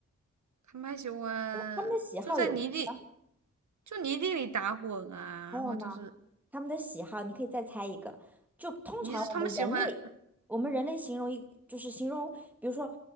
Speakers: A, on the right (about 75°); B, in the centre.
A: 他们还喜欢就在泥地，
B: 它们的喜好有什么？
A: 就泥地里打滚啊。
B: 还有呢，
A: 然后就是，
B: 他们的喜好，你可以再猜一个。就通常我们人类，
A: 你是他们喜欢
B: 我们人类形容一就是形容，比如说，